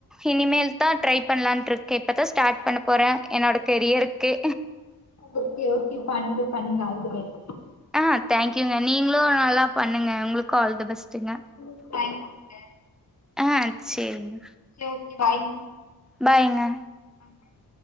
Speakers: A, in the centre; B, on the left.
A: இனிமேல் தா ட்ரை பண்ணலான்ட்டு இருக் கே இப்பதா ஸ்டார்ட் பண்ண போறே என்னோட கெரியருக்கே
B: ஓக்கே ஓக்கே பண்ணுங்க பண்ணுங்க ஆல் த பெஸ்ட்
A: ஆ தேங்க்யூங்க நீங்களும் நல்லா பண்ணுங்க உங்களுக்கும் ஆல் த பெஸ்ட்டுங்க
B: ம் தேங்க்யூங்க
A: ஆ சேரிங்க
B: சேரி ஓக்கே பாய்ங்க
A: பாய்ங்க
B: <inaudible>